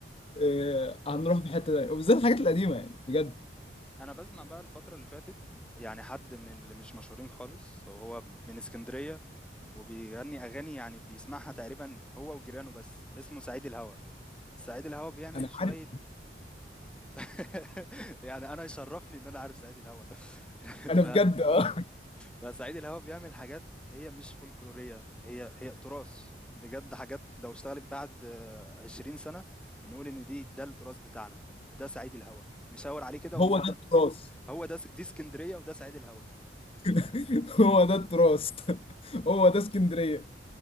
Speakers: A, on the left; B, in the centre.
A: إيه، هنروح في حته تانية وبالذات الحاجات القديمه يعني بجد
B: انا بسمع بقى الفترة اللي فاتت يعني حد من اللي مش مشهورين خالص وهو من اسكندرية وبيغني اغاني يعني بيسمعها تقريبا هو وجيرانه بس اسمه سعيد الهوى سعيد الهوى بيعمل
A: انا
B: شوية
A: عارف
B: <laughs> يعني انا يشرفني ان انا عارف سعيد الهوى <laughs>
A: انا
B: ف...
A: بجد اه
B: فسعيد الهوى بيعمل حاجات هي مش فولكلورية هي هي تراث بجد حاجات لو اشتغلت بعد عشرين سنة نقول ان دي ده التراث بتاعنا ده سعيد الهوى نشاور عليه كده
A: <laughs>
B: ونقول
A: هو ده التراث
B: هو ده س- دي اسكندريه وده سعيد الهوى
A: <laughs> هو ده التراث <laughs> هو ده اسكندريه